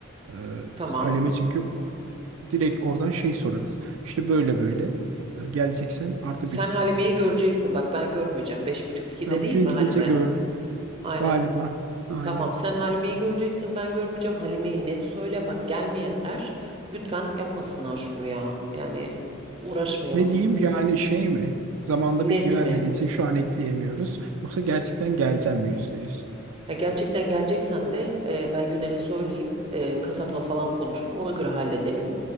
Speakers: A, on the right; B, on the right.
A: Ee,
B: Tamam.
A: Halime çünkü direkt oradan şey sorarız. İşte böyle böyle. Ee, geleceksen artı
B: Sen
A: birisiz.
B: Halime'yi göreceksin bak ben görmeyeceğim. Beş buçuk ikide
A: Ben
B: değil
A: bugün
B: mi
A: gidince
B: Halime?
A: gör
B: Aynen.
A: galiba. Aynen.
B: Tamam sen Halime'yi göreceksin ben görmeyeceğim. Halime'yi net söyle bak gelmeyenler lütfen yapmasınlar şunu ya. Yani uğraşmayalım.
A: Ne diyeyim yani şey mi? Zamanda bilgi
B: Net
A: vermediğin
B: mi?
A: için şu an ekleyemiyoruz. Yoksa gerçekten geleceğim mi yüzde yüz?
B: Ha, gerçekten geleceksen de e, ben Güner'e söyleyeyim. e, kasapla falan konuşsun ona göre halledelim.